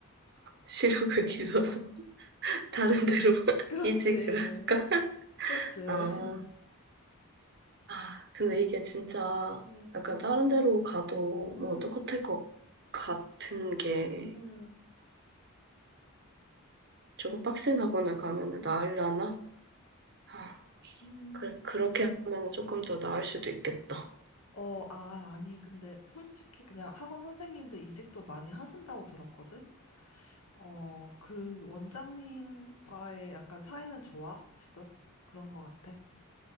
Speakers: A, on the right (about 50°); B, on the left (about 85°).
A: 시력을 길러서 다른 데로 <laughs>
B: 그렇지.
A: 이직을 할까?
B: 그렇지.
A: 아, 아, 근데 이게 진짜
B: 음,
A: 약간 다른 데로
B: 음,
A: 가도
B: 음,
A: 뭐 똑같을 것 같은 게
B: 음,
A: 조금 빡센 학원을 가면은 나으려나? 아,
B: 음.
A: 그래, 그렇게 하면은 조금 더 나을 수도 있겠다.
B: 어, 아, 아니, 근데 솔직히 그냥 학원 선생님들 이직도 많이 하신다고 들었거든? 어, 그 원장님과의 약간 사이는 좋아, 지금? 그런 거 같아.